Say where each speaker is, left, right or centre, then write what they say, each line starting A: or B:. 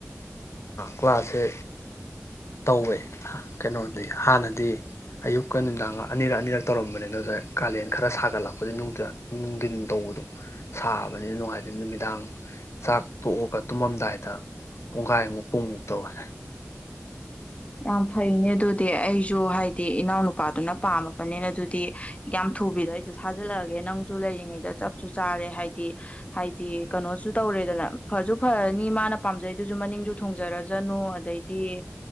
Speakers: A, on the left (about 65°); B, on the left (about 25°).
A: ꯀ꯭ꯂꯥꯁꯁꯦ ꯇꯧꯌꯦ ꯀꯩꯅꯣꯗꯤ ꯍꯥꯟꯅꯗꯤ ꯑꯌꯨꯛꯀ ꯅꯨꯃꯤꯗꯥꯡ ꯑꯅꯤꯔꯛ ꯑꯅꯤꯔꯛ ꯇꯧꯔꯝꯕꯅꯤ ꯑꯗꯨꯗ ꯀꯥꯂꯦꯟ ꯈꯔ ꯁꯥꯒꯠꯂꯛꯄꯗꯤ ꯅꯨꯡꯗꯥ ꯅꯨꯡꯗꯤꯟ ꯇꯧꯕꯗꯣ ꯁꯥꯕꯅꯤꯅ ꯅꯨꯡꯉꯥꯏꯇꯅꯦ ꯅꯨꯃꯤꯗꯥꯡ ꯆꯥꯛ ꯇꯣꯛꯑꯒ ꯇꯨꯝꯃꯝꯗꯥꯏꯗ ꯄꯨꯡꯒꯥꯏꯃꯨꯛ ꯄꯨꯡꯃꯨꯛ ꯇꯧꯌꯦ
B: ꯌꯥꯝ ꯐꯩꯅꯦ ꯑꯗꯨꯗꯤ ꯑꯩꯁꯨ ꯍꯥꯏꯗꯤ ꯏꯅꯥꯎꯅꯨꯄꯥꯗꯨꯅ ꯄꯥꯝꯃꯕꯅꯤꯅ ꯑꯗꯨꯗꯤ ꯌꯥꯝ ꯊꯨꯕꯤꯗ ꯑꯩꯁꯨ ꯊꯥꯖꯤꯜꯂꯛꯑꯒꯦ ꯅꯪꯁꯨ ꯂꯩꯔꯤꯉꯩꯗ ꯆꯞꯁꯨ ꯆꯥꯔꯦ ꯍꯥꯏꯗꯤ ꯍꯥꯏꯗꯤ ꯀꯅꯣꯁꯨ ꯇꯧꯔꯦꯗꯅ ꯐꯁꯨ ꯐꯔꯅꯤ ꯃꯥꯅ ꯄꯥꯝꯖꯩꯗꯨꯁꯨ ꯃꯅꯤꯡꯁꯨ ꯊꯨꯡꯖꯔꯖꯅꯨ ꯑꯗꯩꯗꯤ